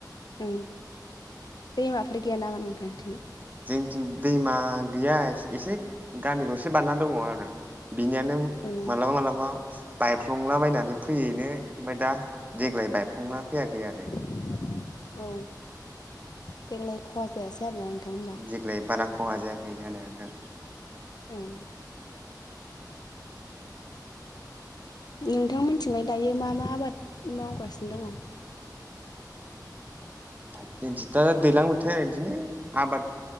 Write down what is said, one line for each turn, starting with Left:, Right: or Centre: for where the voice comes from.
Left: औ दैमाफोर गैया नामा नोंथांथिं?
Right: जोंथिं दैमा गैया एसे गामि दसो बारना दङ आरो। बिनियानो
Left: औ
Right: मालाबा मालाबा बायफ्लंलाबायनानै फैयैनो ओमफ्राय दा देग्लाय बायफ्लंना फैयाखै आरो।
Left: औ देग्लाय खहा जायासै आरोना होमबा
Right: देग्लाय बारा खहा जायाखै जानाय नोंथां।
Left: उम। नोंथांमोनथिंलाय दायो मा मा आबाद मावगासिनो दङ?
Right: <inaudible> दिन्थि दा दैलां बोथोर आरो बिदिनो आबाद